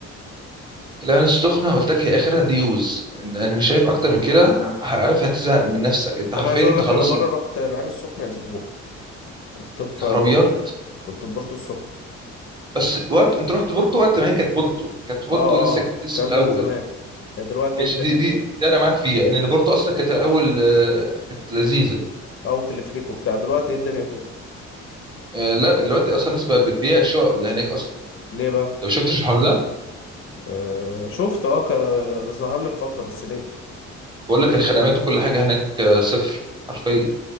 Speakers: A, on the right; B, on the left.
A: العين السخنة قلت لك هي آخرها ديوز أنا شايف أكتر من كده عارف هتزهق من نفسك أنت عارفين
B: انا عايز اقول
A: أنت
B: لك
A: خلاص
B: انا مرة رحت العين السخنة اسبوع كنت في
A: الهربيات
B: بورتو كنت في بورتو السخنة
A: بس وقت أنت رحت بورتو وقت ما هي كانت بورتو كانت بورتو
B: اه
A: لسه
B: اه
A: لسه
B: الكلام
A: في الأول
B: ده من زمان يعني دلوقتي
A: ماشي
B: ايه الدنيا
A: دي دي
B: فيها
A: ده أنا معاك فيها لأن بورتو أصلا كانت الأول آه، كانت لذيذة
B: او تلفريكو بتاع دلوقتي ايه الدنيا فيها
A: آه، لا دلوقتي أصلا الناس بقت بتبيع الشقق اللي هناك أصلا
B: ليه بقى
A: أنت ما شفتش الحوار ده
B: آه شفت اه ك- ظهر لي في فتره بس ليه
A: بقول لك الخدمات وكل حاجة هناك آه، صفر حرفيا